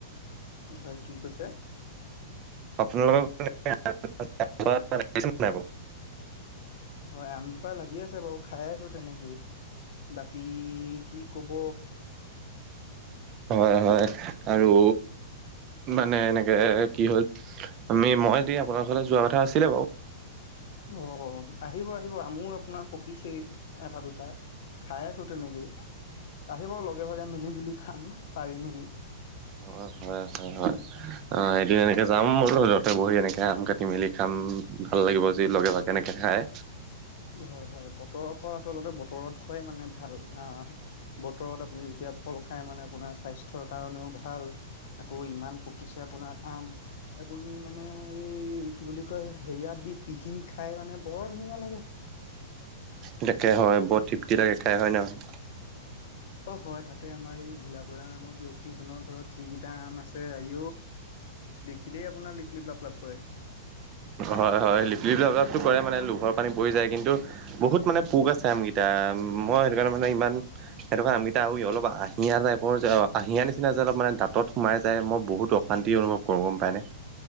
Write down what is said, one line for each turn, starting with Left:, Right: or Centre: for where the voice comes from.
Left: হয় কি কৈছো?
Right: আপোনালোকৰ <unintelligible>
Left: হয়, আমজোপা লাগি আছে বাৰু খাই আছো তেনেকেই বাকী কি ক'ব।
Right: হয় হয় আৰু। মানে এনেকে কি হ'ল আমি মই দ আপোনাৰ ঘতে যোৱা কথা আছিলে বাৰু।
Left: অ, আহিব আহিব আমো আপোনাৰ। পিছে এটা দুটা খাই আছো তেনেকে আহিব লগে ভাগে মিলি জুলি। খাম পাৰি মেলি।
Right: হয় হয় হয় হয়। অ, এদিন এনেকে যাম বোলো ৰ'দটে বঢ়ি এনেকে আম কাটি মেলি খাম ভাল লাগিব যি লগে ভাগে। কেনেকে খায়।
Left: হয় হয় বতৰৰ ফল আচলতে বতৰত খোৱাই মানে ভাল আহ, বতৰত আপুনি যেতিয়া ফল খায় মানে আপোনাৰ স্বাস্থ্যৰ কাৰণেও ভাল। আকৌ ইমান পকিছে আপোনাৰ আম আপুনি মানে এই কি বুলি কয় হেৰিয়াত দি। পিহি খাই মানে বৰ ধুনীয়া লাগে।
Right: তাকে হয় বৰত তৃপ্তি লাগে খাই হয় নহয়।
Left: অ, হয় তাতে আমাৰ এই ভোলা বৰা নামৰ ব্যয়ক্তিজনৰ ঘৰত যিকেইটা আন আছে আঔ। দেখিলেই আপোনাৰ লিপলিপ লাপ লাপ কৰে।
Right: হয় হয় লিপলিপ লাপলাপ কৰে মানে লোভৰ পানী পৰি যায় কিন্তু। বহুত মানে পোক আছে আমকেইটা মই সেইটো কাৰণে মানে ইমান। সেইটো কাৰণোমকেইটা আৰু অলপ আহিয় টাইপৰ যে আহিয়াৰ নিচিনা যে অলপানে দাঁত সোমাই যায় মই বহুত অ শান্তি অনুভৱ কৰঁ গম পায়নে।